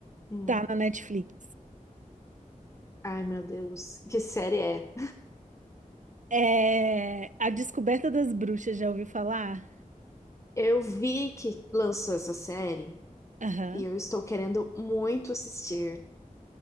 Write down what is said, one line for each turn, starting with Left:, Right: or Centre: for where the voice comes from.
Left: hum.
Right: tá na Netflix.
Left: Ai, meu Deus, que série é?
Right: É A Descoberta das Bruxas, já ouviu falar?
Left: Eu vi que lançou essa série
Right: Aham.
Left: e eu estou querendo muito assistir.